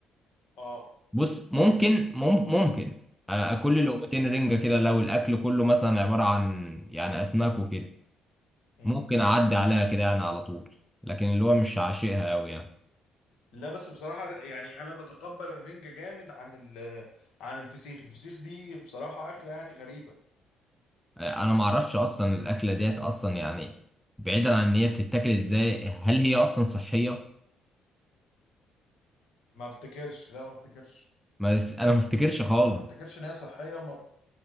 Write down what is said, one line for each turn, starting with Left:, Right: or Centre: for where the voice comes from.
Left: اه
Centre: بص ممكن مم- ممكن آه، اكل
Left: مم.
Centre: لقمتين رنجة كده لو الاكل كله مثلا عبارة عن يعني اسماك وكده
Left: مم.
Centre: ممكن اعدي عليها كده يعني على طول لكن اللي هو مش عاشقها قوي يعني
Left: لا بس بصراحة يعني أنا بتقبل الرنجة جامد عن ال عن الفسيخ، الفسيخ دي بصراحة أكلة يعني غريبة.
Centre: آه، انا ما اعرفش اصلا الاكله ديت اصلا يعني بعيدا عن ان هي بتتاكل ازاي هل هي اصلا صحيه
Left: ما افتكرش لا ما افتكرش
Centre: ما انا ما افتكرش خالص
Left: انا ما افتكرش ان هي صحيه وما